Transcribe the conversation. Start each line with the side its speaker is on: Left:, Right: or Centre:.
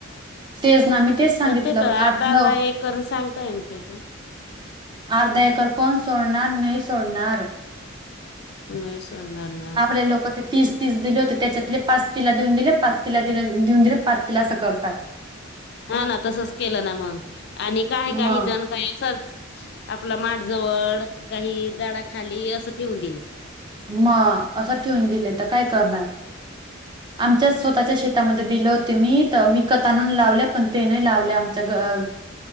Right: तेच ना मी तेच सांगितलं
Left: पण तेेत अर्धा
Right: आज
Left: अर्धा
Right: न
Left: एक करून सांगता येल तेथ
Right: अर्धा एकर कोण सोडणार नाही सोडणार.
Left: <unintelligible> रणार ना.
Right: आपल्या लोक. तीस तीस दिले होते त्याच्यातले पाच तिला देऊन दिले पाच तिला दि देऊन दिले पाच तिला असं करतात.
Left: ह ना तसच केलं ना मग आणि काही
Right: मग
Left: काही जण. काही आपला माठ जवळ काही झाडा खाली असं ठेवून दिले.
Right: मग असं ठेवून दिले तर काय करणार.
Left: ह
Right: आमच्या स्वतःच्या शेतामध्ये दिलं होते मी तर विकत आणून लावले पण ते नाही लावले आमच्या ग